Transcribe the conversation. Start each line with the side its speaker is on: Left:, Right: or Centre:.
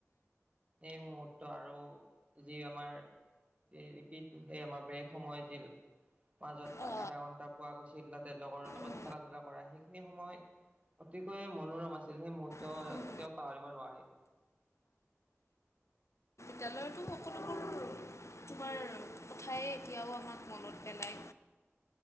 Right: সেই মহূৰ্ত আৰু যি আমাৰ সেই ৰিপিট সেই আমাৰ ব্ৰেক সময় যি মাজত
Left: অ
Right: আধা ঘন্টা পোৱা গৈছিল তাতে লগৰ লগত
Left: উম
Right: খেলা ধূলা কৰা সেইখিনি সময় অতিকৈ মনোৰম আছিল সেই মূহুৰ্ত
Left: উম
Right: কেতিয়াও পাহৰিব নোৱাৰি
Left: তেলৰ টো সকলোবোৰ তোমাৰ কথাই এতিয়াও আমাক মনত পেলায়